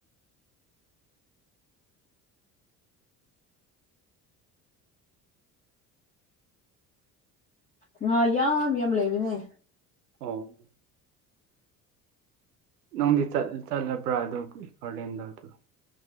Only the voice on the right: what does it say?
ꯍꯣꯏ ꯅꯪꯗꯤ ꯆꯠ ꯆꯠꯂꯕ꯭ꯔꯥ ꯑꯗꯨ ꯒꯥꯔꯗꯦꯟꯗꯧꯗꯨ